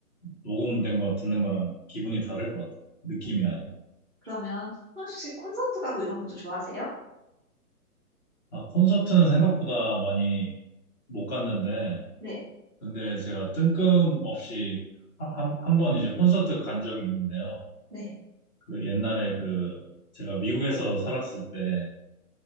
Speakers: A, on the left (about 30°); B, in the centre.
A: 녹음된 거 듣는 거랑 기분이 다를 것 같아요. 느낌이
B: 음,
A: 아예.
B: 그러면 혹시 콘서트 가고 이런 것도 좋아하세요?
A: 아, 콘서트는 생각보다 많이 못 갔는데,
B: 네.
A: 근데 제가 뜬금없이 하- 한, 한 번 이제 콘서트 간 적이 있는데요.
B: 네.
A: 그 옛날에 그 제가 미국에서 살았을 때